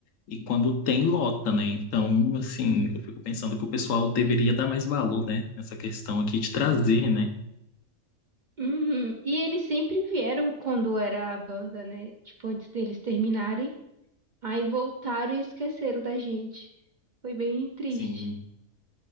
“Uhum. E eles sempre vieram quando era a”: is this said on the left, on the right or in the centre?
Right